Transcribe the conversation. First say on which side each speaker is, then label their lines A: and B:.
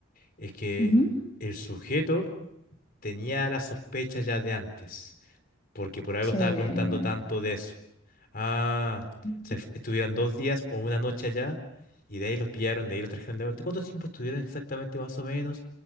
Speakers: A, on the left; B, on the left.
A: es que
B: Ujú.
A: el sujeto tenía la sospecha ya de antes, porque por algo
B: Sí.
A: estaba preguntando tanto de eso. Ah,
B: Ujú.
A: se fu- estuvieron dos días o una noche allá y de ahí los pillaron, de ahí los trajeron de vuelta. ¿Cuánto tiempo estuvieron exactamente más o menos?